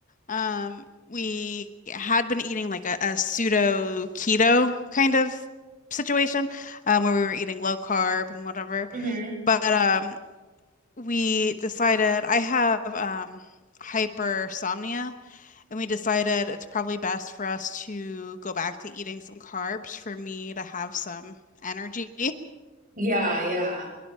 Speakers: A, on the left; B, on the right.
A: Um, we had been eating like a, a pseudo keto kind of situation, um, where we were eating low carb and whatever.
B: hmm
A: But um we decided I have um, hypersomnia, and we decided it's probably best for us to go back to eating some carbs for me to have some energy,
B: Yeah, yeah.